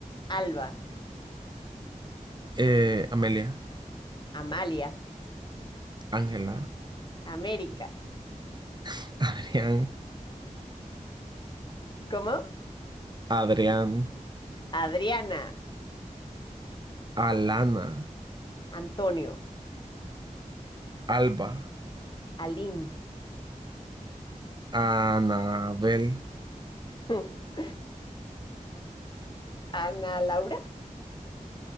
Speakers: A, on the left; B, on the right.
A: Alba,
B: eh, Amelia,
A: Amalia,
B: Ángela,
A: América.
B: <laughs> Adrián,
A: ¿Cómo?
B: Adrián,
A: Adriana,
B: Alana,
A: Antonio,
B: Alba,
A: Aline,
B: Anabel,
A: <laughs> Ana Laura,